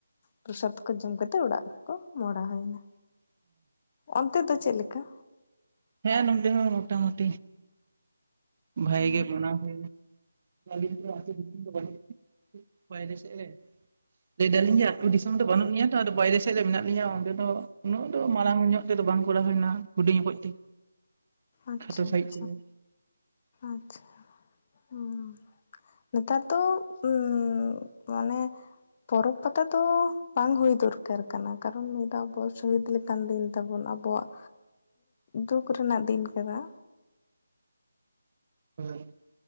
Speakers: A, on the left; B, on the right.
A: ᱯᱨᱚᱥᱟᱫ ᱠᱚ ᱡᱚᱢ ᱠᱟᱛᱮᱫ ᱚᱲᱟᱜ ᱠᱚ ᱢᱚᱰᱟ ᱦᱚᱭ ᱱᱟ ᱚᱱᱛᱮ ᱫᱚ ᱪᱮᱪ ᱞᱮᱠᱟ
B: ᱦᱮᱸ ᱱᱚᱰᱮ ᱦᱚᱸ ᱢᱳᱴᱟᱢᱚᱴᱤ ᱵᱷᱟᱭ
A: ᱦᱮᱸ
B: ᱜᱮ ᱢᱟᱱᱟᱣ ᱦᱚᱭ ᱱᱟ ᱟᱞᱤᱧ ᱫᱚ ᱟᱛᱳ ᱫᱤᱥᱚᱢ ᱫᱚ ᱵᱟᱱᱩᱜ <inaudible> ᱵᱟᱭᱨᱮ ᱥᱮᱫ ᱨᱮ ᱞᱮᱹᱭ ᱫᱟᱞᱤᱧ ᱟᱭᱜ ᱟᱹᱛᱩ ᱫᱤᱥᱚᱢ ᱫᱚ ᱵᱟᱹᱱᱩᱜ ᱱᱤᱧᱟᱜ ᱛᱚ ᱟᱫᱚ ᱵᱟᱭᱨᱮ ᱥᱮᱫ ᱨᱮ ᱢᱮᱱᱟᱜ ᱞᱤᱧᱭᱟ ᱚᱸᱰᱮ ᱫᱚ ᱩᱱᱟᱹᱜ ᱫᱚ ᱢᱟᱲᱟᱝ ᱧᱚᱜ᱿ ᱛᱮᱫᱚ ᱵᱟᱝ ᱠᱚᱨᱟᱣ ᱦᱚᱭᱱᱟ ᱦᱩᱰᱤᱧ ᱠᱚᱡ ᱛᱮ <inaudible>
A: ᱟᱪᱷᱟ
B: ᱠᱷᱟᱴᱚ ᱥᱟᱺᱦᱤᱡ
A: ᱟᱪᱷᱟ
B: ᱛᱮᱜᱮ
A: ᱟᱪᱷᱟ ᱦᱩᱸ ᱱᱮᱛᱟᱨ ᱫᱚ ᱩᱸ ᱢᱟᱱᱮ ᱯᱚᱨᱚᱵᱽ ᱯᱟᱛᱟ ᱫᱚ ᱵᱟᱝ ᱦᱳᱭ ᱫᱩᱨᱠᱟᱨ ᱠᱟᱱᱟ ᱠᱟᱨᱚᱱ ᱢᱤᱫ ᱫᱟᱣ ᱵᱚᱭᱮᱥ ᱦᱩᱭ ᱤᱫᱤ ᱞᱮᱠᱟᱱ ᱫᱤᱱ ᱛᱟᱵᱚᱱᱟ ᱟᱵᱚᱣᱟᱜ ᱫᱩᱠ ᱨᱮᱱᱟᱜ ᱫᱤᱱ ᱠᱟᱱᱟ
B: ᱦᱳᱭ